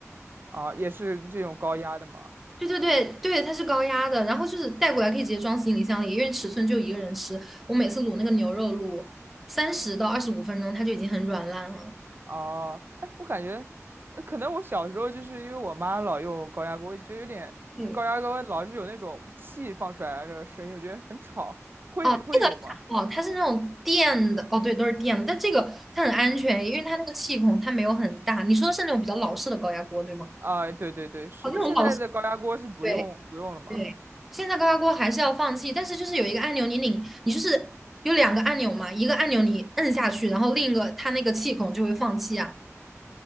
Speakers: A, on the right; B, in the centre.
A: 啊，也是这种高压的嘛。
B: 对对对对，它是高压的，然后就是带过来可以直接装行李箱里，因为尺寸就一个人吃。我每次卤那个牛肉卤三十到二十五分钟，它就已经很软烂了。
A: 哦，哎，我感觉，呃可能我小时候就是因为我妈老用高压锅，我就觉得有点，
B: 对，
A: 就高压锅老是有那种气放出来的那个声音，我觉得很吵。会会有吗？
B: 哦，这个还好，它是那种电的，哦，对，都是电的，但这个它很安全，因为它那个气孔它没有很大。你说的是那种比较老式的高压锅，对吗？
A: 啊，对对对，是的，
B: 哦，那种老式，
A: 现在的高压锅是不用不用了吗？
B: 对对。现在高压锅还是要放气，但是就是有一个按钮，你拧，你就是有两个按钮嘛，一个按钮你摁下去，然后另一个它那个气孔就会放气啊。